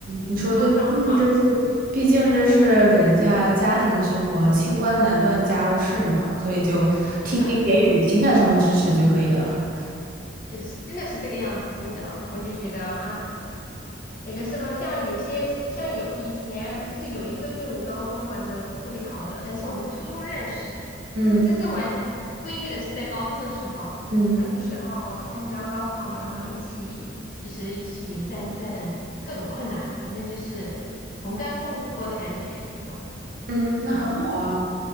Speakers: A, on the right; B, on the left.
A: 你说对，
B: 他们老
A: 毕竟这是，毕竟这是人家家庭生活，清官难断家务事嘛，所以就听听给予情感上的支持就可以了。
B: 板真的，就是真的是这个样子，真的，我就觉得啊，有的时候像有些像有以前就是有一个就是我高中玩的特别好的，但是我们初中认识，
A: 嗯
B: 但是真正玩成闺蜜的是在高中的时候，
A: 嗯
B: 那个时候参加高考嘛，然后一起就是一起战胜各种困难，反正就是同甘共苦过的感觉那种。
A: 嗯，那很好啊，
B: 然后。